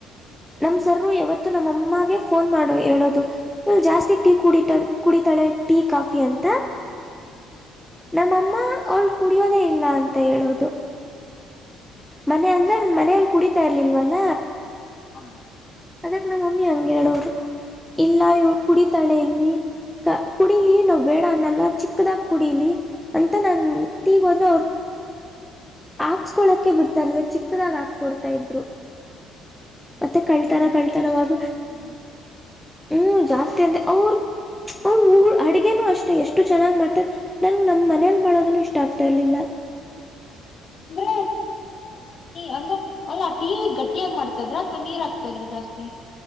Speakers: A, in the centre; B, on the left (about 40°).
A: ನಮ್
B: ಹಾ
A: ಸರ್ರು ಯಾವತ್ತು ಇ ನಮ್ಮಮ್ಮಗೆ ಫೋನ್ ಮಾಡು ಹೇಳೋದು ಇಲ್ ಜಾಸ್ತಿ ಟೀ ಕು ಕುಡಿತಾಳೆ ಟೀ ಕಾಫಿ ಅಂತ
B: ಹ್ಮ
A: ನಮ್ಮಮ್ಮ ಅವಳ್ ಕುಡಿಯೋದೇ ಇಲ್ಲ ಅಂತ ಹೇಳೋದು ಮನೆ ಅಂದ್ರೆ ನ ಮನ. ಕುಡಿತಾ ಇರ್ಲಿಲ್ವಲ್ಲ.
B: ಹ್ಮ.
A: ಅದಕ್ ನಮ ಮಮ್ಮಿ ಹಂಗ ಹೇಳೋರು ಇಲ್ಲ ಇವ ಕುಡಿತಾಳೆ ಇಲ್ಲಿ ಕುಡೀಲಿ ನಾವ್ ಬೇಡ ಅನ್ನಲ್ಲ ಚಿಕ್ಕದಾಗ ಕುಡೀಲಿ ಅಂತ ನಾ ತೀಗ ಹೋದ್ರೆ ಅವ್ರ. ಹಾಕ್ಸ್ಕೊಳಕೆ ಬಿಡ್ತರ್ಲಿಲ್ಲ ಚಿಕ್ಕದಾಗ ಹಾಕ್ಕೊಡ್ತಾ ಇದ್ರು ಮತ್ತೆ ಕಳ್ತಾನ
B: ಹೌದಾ,
A: ಕಳ್ತಾನ
B: ಅಂದ್ರೆ ಅಷ್ಟ್
A: ಮಾಗ.
B: ಚೆನ್ನಾಗ್ ಮಾಡ್ತಾ ಇದ್ರ
A: ಹ್ಮ್ ಜಾಸ್ತಿ ಅಂದೆ ಅವ್ರ ಅವ್ರ ಅಡ್ಗೆನೂ ಅಷ್ಟೆ ಎಷ್ಟು ಚೆನ್ನಾಗ್ ಮಾಡ್ತದ ನಂಗ್ ನಮ್ ಮನೇಲ್ ಮಾಡೋದನು ಇಷ್ಟ ಆಗ್ತಾ ಇರ್ಲಿಲ್ಲ.
B: ಅಂದ್ರೆ ಅಂದ್ರೆ ಅಲ್ಲ ಟೀ ಗಟ್ಟ ಯಾಗಿ ಮಾಡ್ತದ್ರ ಅಥವಾ ನೀರಗ್ತದ್ರ ಜಾಸ್ತಿ.